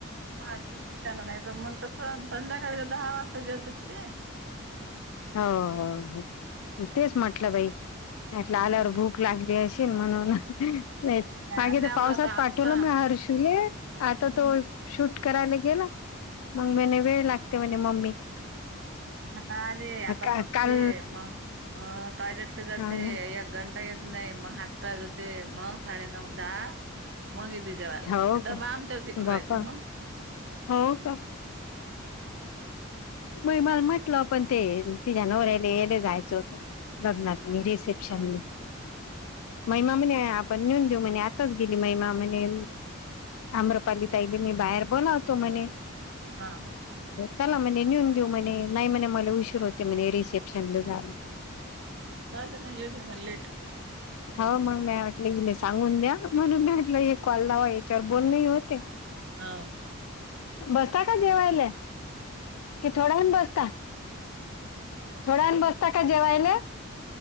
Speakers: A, on the right (about 55°); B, on the left (about 80°).
A: हा ड्युटी जाणार नाही तर मग कसं संध्याकाळी दहा वाजता जेवतात ते
B: हो तेच म्हटलं बाईलं आल्यावर
A: नाही
B: भूक. लागली अशी म्हणून नाही
A: नाही
B: मागे
A: आल्यावर
B: तर पावसात
A: आता
B: पाठवलं
A: आत्ता
B: मी हर्षले आता
A: मग
B: तो. शूट करायला गेला मग म्ह वेळ लागते म्हणजे मम्मी
A: आता आलेे
B: का
A: आता बसते
B: काल
A: मग अ टॉयलेटला जाते
B: हा ना
A: एक घंटा येत नाही मग हात पाया जाते मग साडेनऊ दहा मग य ते जेवा्हाला
B: हो
A: ते
B: का
A: दबा आमच्या त इिकडे
B: बापा
A: राहते मग
B: हो का? म मला म्हटलं आपण ते तिझ्या नवरलेले जायचं होतं. बगमत म रिसेिप्शन.
A: हा.
B: महिमा म्हणे आपण नेऊन देऊ म्हणे आताच गेली महिमा म्हणे. आम्रपाली ताईली मी बाहेर बोलावतो मने
A: हा
B: चला म्हणजे नेऊन देऊ म्ह नाही म्हणे मला उशीर होते म्हज रिसेप्शनला झालं
A: ह अ दे ना यव दे ना ललेट
B: हो मग मी म्हटलं गेले सांगून द्या म्हणून मी म्हटलं हे कॉललावा याच्यावर बोलले होते
A: हा
B: बसता का जेवायला कि थोडाहण बसता थोडंण बसता का जेवायला